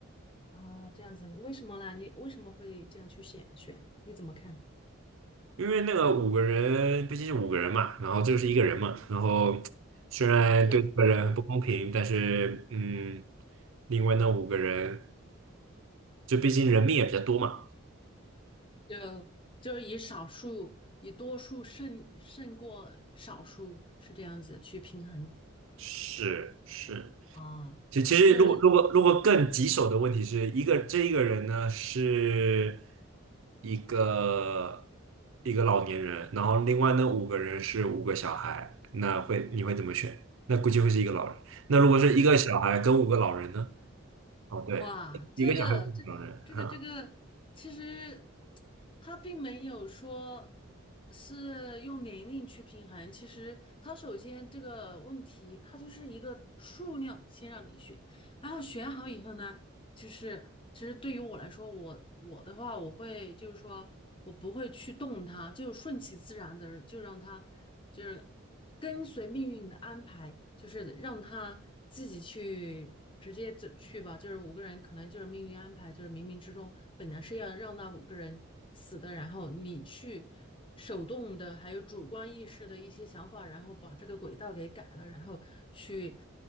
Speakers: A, on the left; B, on the right.
A: 啊，这样子，为什么呢？你为什么会这样去选选？你怎么看？
B: 因为那个五个人毕竟是五个人嘛，然后这个是一个人嘛，然后虽然对这个人很不公平，
A: 就是就
B: 但是嗯，另外那五个人就毕竟人命也比较多嘛，
A: 就就是以少数以多数胜胜过少数，是这样子去平衡
B: 是是。
A: 啊，
B: 其其实，
A: 就是
B: 如果如果如果更棘手的问题是一个这一个人呢是一个一个老年人，然后另外那五个人是五个小孩，那会你会怎么选？那估计会是一个老人。那如果是一个小孩跟五个老人呢？哦，对，
A: 哇，
B: 一个小孩跟五个老人，
A: 这个这个这个这个，
B: 哈、
A: 其实他并没有说是用年龄去平衡，其实他首先这个问题，它就是一个数量先让你选，然后选好以后呢，就是其实对于我来说，我我的话，我会就是说我不会去动它，就顺其自然的，就让它就是跟随命运的安排，就是让它自己去直接走去吧。就是五个人可能就是命运安排，就是冥冥之中本来是要让那五个人死的，然后你去。手动的，还有主观意识的一些想法，然后把这个轨道给改了，然后去